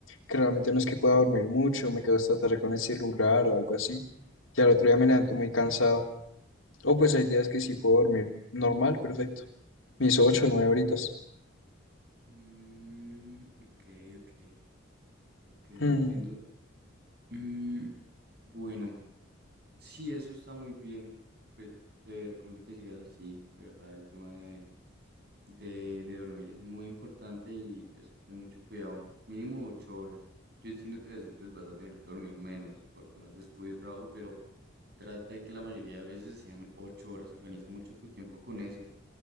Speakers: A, on the left; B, on the right.
A: que realmente no es que pueda dormir mucho, me quedo hasta tarde con el celular o algo así. Y al otro día me levanto muy cansado. O pues hay días que sí puedo dormir normal, perfecto. Mis ocho, o nueve horitas.
B: Mm, ok, ok, ok, entiendo.
A: Mm,
B: Mm, bueno, sí, eso está muy bien. Pues te recomiendo que sigas así, de verdad, el tema de, de, de dormir es muy importante y eso ten mucho cuidado. Mínimo ocho horas. Yo entiendo que a veces pues vas a tener que dormir menos por temas de estudio, trabajo, pero trata de que la mayoría de veces sean ocho horas. Organiza mucho tu tiempo con eso.